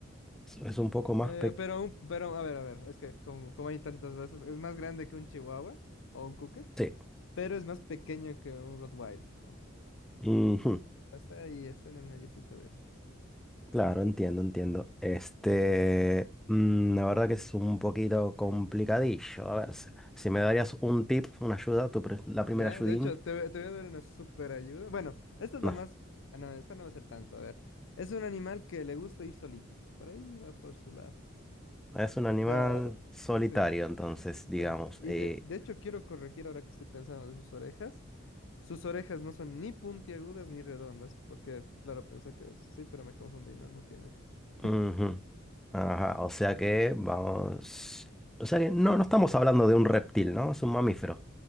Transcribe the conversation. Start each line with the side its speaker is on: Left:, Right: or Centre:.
Centre: Es, es un poco más
Left: Eh,
Centre: pequeño.
Left: pero, un- pero, a ver, a ver, es que como, como hay tantas razas, es más grande que un chihuahua o un cocker,
Centre: Sí.
Left: pero es más pequeño que un Rottweiler, ponte.
Centre: Ujú.
Left: Hasta ahí, está en el mediocito de eso.
Centre: Claro, entiendo, entiendo. Este, mm, la verdad que es un poquito complicadillo. A ver, si, si me darías un tip, una ayuda, tu pri- la
Left: Ya,
Centre: primera ayudín.
Left: de hecho, te, te voy a dar una super ayuda. Bueno, esta es
Centre: No,
Left: la más. Ah, no, esta no va a ser tanto. A ver. Es un animal que le gusta ir solito. Por ahí va por su lado.
Centre: es un animal
Left: O sea,
Centre: solitario,
Left: sí,
Centre: entonces, digamos.
Left: sí. Y
Centre: Eh,
Left: de, de hecho, quiero corregir ahora que estoy pensando de sus orejas. Sus orejas no son ni puntiagudas ni redondas. Porque, claro, pensé que es- sí, pero me confundí. No, no tiene. <laughs>
Centre: Ujú. Ajá, o sea que vamos. O sea que no, no estamos hablando de un reptil, ¿no? Es un mamífero.